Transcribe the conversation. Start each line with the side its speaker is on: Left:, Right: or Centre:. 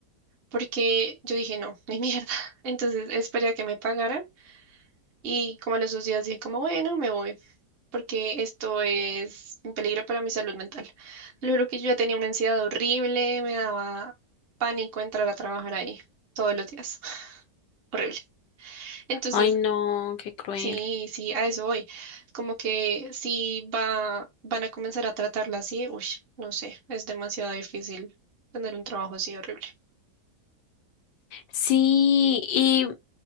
Right: porque yo dije, no, ni mierda. <laughs> Entonces esperé a que me pagaran. Y como a los dos días dije como, bueno, me voy, porque esto es un peligro para mi salud mental. Lo juro que yo ya tenía una ansiedad horrible, me daba pánico entrar a trabajar ahí todos los días. <laughs> Horrible. Entonces,
Left: ay, no, qué cruel.
Right: sí, sí, a eso voy. Como que si va, van a comenzar a tratarla así, uy, no sé, es demasiado difícil tener un trabajo así horrible.
Left: Sí, y